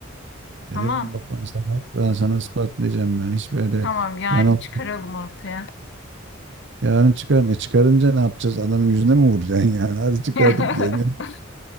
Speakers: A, on the right; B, on the left.
A: Ederim
B: Tamam
A: bak ben sana, ben sana ispatlayacağım yani. Hiç böyle
B: tamam yarın
A: yani
B: çıkaralım ortaya.
A: yarın çıkarım. E çıkarınca ne yapacağız? Adamın yüzüne mi vuracaksın yani? <laughs> Hadi çıkardık
B: <laughs>
A: diyelim.